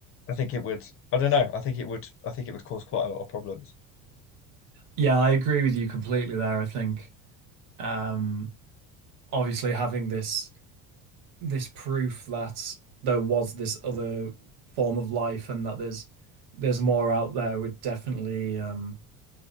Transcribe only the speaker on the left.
I think it would I don't know I think it would I think it would cause quite a lot of problems